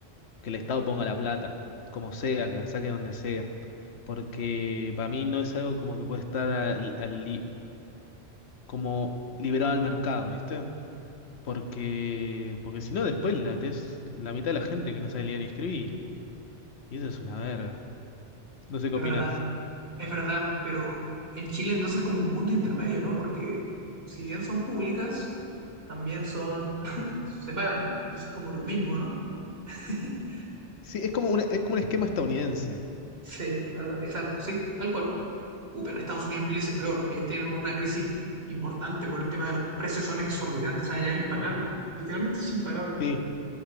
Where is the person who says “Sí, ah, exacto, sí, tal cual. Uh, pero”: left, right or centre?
Right